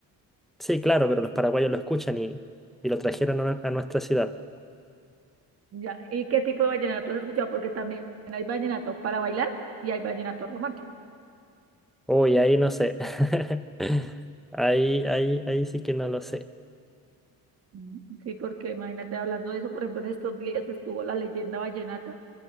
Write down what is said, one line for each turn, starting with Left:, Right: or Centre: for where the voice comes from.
Centre: Sí, claro, pero los paraguayos lo escuchan y, y lo trajeron a, nue- a nuestra ciudad.
Right: Ya. ¿Y qué tipo de vallenato has escuchado? Porque también hay vallenato para bailar y hay vallenato romántico.
Centre: Uy, ahí no sé. <laughs> Ahí, ahí, ahí sí que no lo sé.
Right: Mm, Sí, porque imagínate hablando de eso, por ejemplo, en estos días estuvo la leyenda vallenata,